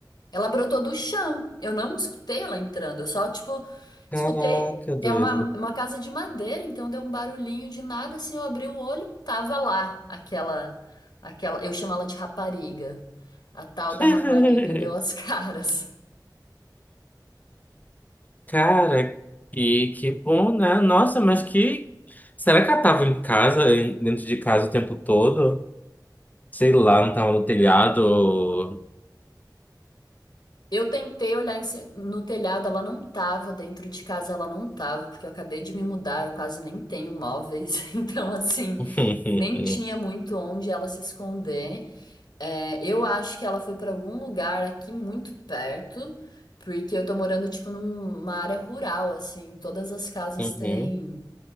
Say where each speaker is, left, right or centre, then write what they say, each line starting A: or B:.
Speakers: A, on the left; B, on the left.
A: Ela brotou do chão. Eu não escutei ela entrando. Eu só, tipo,
B: Caraca,
A: escutei.
B: doido.
A: É uma, uma casa de madeira, então deu um barulhinho de nada. Assim, eu abri o olho, tava lá aquela, aquela. Eu chamo ela de rapariga. A tal
B: <laughs>
A: da rapariga deu as <laughs> caras.
B: Cara, que, que bom, né? Nossa, mas que. Será que ela tava em casa, em- dentro de casa o tempo todo? Sei lá, não tava no telhado.
A: Eu tentei olhar em ci- no telhado, ela não tava. Dentro de casa, ela não tava, porque eu acabei de me mudar. Eu quase nem tenho móveis. <laughs> Então, assim,
B: <laughs>
A: nem tinha muito onde ela se esconder. É, eu acho que ela foi para algum lugar aqui muito perto, porque eu tô morando, tipo, numa área rural, assim. Todas as casas
B: Uhum,
A: têm